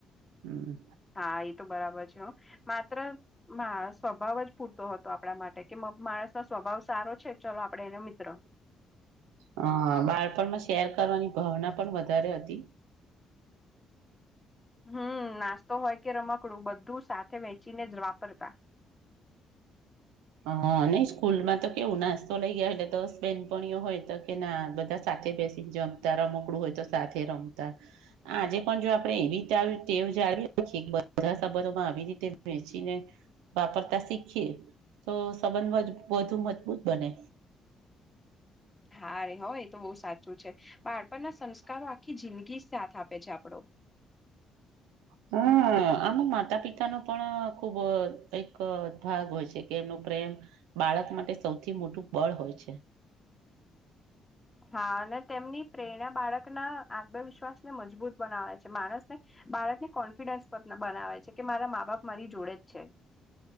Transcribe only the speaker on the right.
હમ્મ.
હ બાળપણમાં શેર કરવાની ભાવના પણ વધારે હતી.
હ નહ સ્કૂલ માં તો કેવું નાસ્તો લઈ ગયા એટલે દસ બેનપણઓ હોય તો કે ના બધા સાથે બેસીને જમતા રમકડું હોય તો સાથે રમતા. આજે પણ જો આપણે એવી રીતે ટેવ જાળવી રા છીએ બધા સંબંધોમાં આવી રીતે વેચીને વાપરતા શીખીએ તો સંબંધ વધુ મજબૂત બને.
હમ આમ માતા પિતા નો પણ ખુબ એક ભાગ હોય છે કે એમનું પ્રેમ બાળક માટે સૌથી મોટું બળ હોય છે.